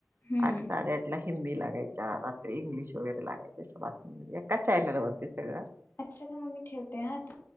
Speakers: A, on the left; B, on the right.
A: हम्म.
B: आठ साडेआठ ला हिंदी लागायच्या, रात्री इंग्लिश वगैरे लागायच्या, अशा बातम्या एकाच चॅनलवरती सगळं.
A: अच्छा मग मी ठेवते हा आता